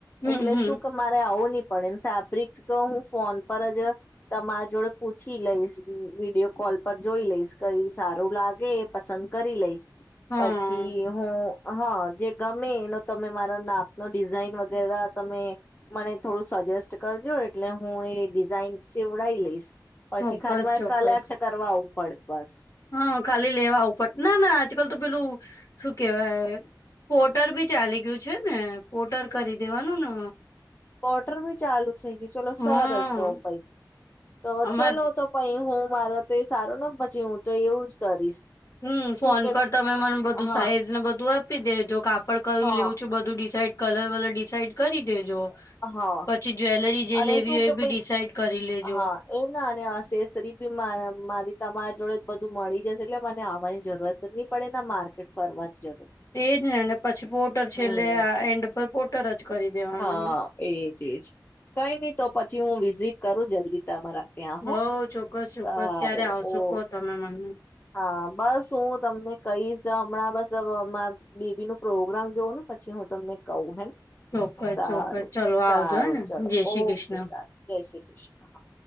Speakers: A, on the left (about 45°); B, on the left (about 25°).
A: હમ
B: એટલે
A: હમ
B: શું કે મારે આવો નહીં? પણ એને ફેબ્રિક તો હું ફોન પર જ તમારા જોડે પૂછી લઈશ, વિડીયો કોલ પર જોઈ લઈશ. કંઈ સારું લાગે એ પસંદ. કરી લઈશ. પછી
A: હા
B: હું. હા, જે ગમે એનો તમે મારા નાપ નો ડિઝાઇન વગેરે તમે મને થોડું સજેસ્ટ કરજો. એટલે હું એ ડિઝાઇન સીવડાવી લઈશ. પછી
A: ચોક્કસ
B: ખાલી મારે
A: ચોક્કસ
B: કલેક્ટ કરવા આવું. પડે. બસ.
A: હા ખાલી લેવા આવું પડે ના ના આજકાલ તો પેલું શું કહેવાય અરે? પોર્ટર બી ચાલી ગયું છે ને હવે? પોર્ટર કરી દેવાનું ને?
B: પોર્ટર બીચાલુ. થઈ ગઈ, ચલો સરસ.
A: હમ
B: તો પાઈ તો
A: અમાર
B: ચલો તો પઈ હું મારે. <inaudible> તો એ સારું, ને? પછી હું તો એવું જ કરીશ.
A: હમ ફોન
B: શું કે
A: પર તમે મને બધું
B: હા
A: સાઈઝ ને બધું આપી દે જો કાપડ કયું
B: હા
A: લેવું છું બધું ડિસાઇડ કલર વલર ડિસાઇડ કરી દેજો
B: હા
A: પછી જ્વેલરી જે
B: અને
A: લેવી
B: શું
A: હોય
B: કે
A: એ બી
B: ભાઈ
A: ડિસાઇડ કરી લેજો
B: હા એ ના અને એસેસરીજ ભી મારી તમારી જોડે જ બધું મળી જશે એટલે મને આવવાની જરૂર જ નહી પડે ને માર્કેટ ફરવાની જરૂર
A: એજ ને પછી પોર્ટર છેલ્લે
B: હમ
A: આ એન્ડ પપોર્ર્ટર જ કરી દેવાનું
B: હા એજ એજ કઈ નહી તો પછી હું વિઝિટ કરું જલ્દી તમારા ત્યાં
A: હવ
B: હો
A: ચોક્કસ ચોક્કસ
B: સારું
A: ક્યારે આવશોકો
B: ઓકે
A: તમે મને
B: હા બસ હું તમને કઈશ હમણાં બસ માર બેબીનું પ્રોગ્રામ જોવુ ને પછી હું તમને કહું હે ને
A: ચોક્કસ
B: સારું
A: ચોક્કસ ચલો
B: સારું
A: આવજો હેને
B: ચલો
A: જય શ્રી
B: ઓકે
A: કૃષ્ણ.
B: સારું જય શ્રી કૃષ્ણ હા